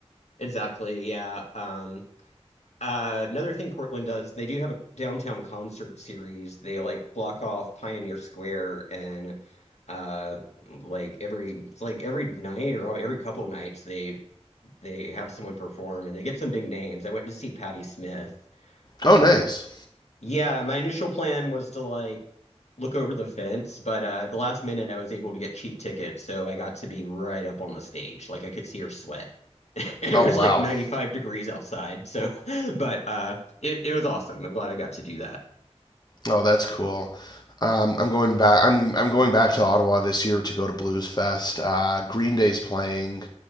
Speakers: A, on the left; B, on the left.
A: exactly. Yeah. Um, uh, another thing Portland does, they do have a downtown concert series. They like block off Pioneer Square and uh like every it's like every night or every couple nights they they have someone perform and they get some big names. I went to see Patti Smith. Uh
B: Oh, nice.
A: Yeah, my initial plan was to like look over the fence, but uh, at the last minute I was able to get cheap tickets, so I got to be right up on the stage. Like I could see her sweat. <laughs> And
B: Oh
A: it was
B: wow.
A: like 95 degrees outside. So, <laughs> but uh it, it was awesome. I'm glad I got to do that.
B: Oh, that's cool. Um, I'm going back. I'm I'm going back to Ottawa this year to go to Blues Fest. Uh, Green Day's playing.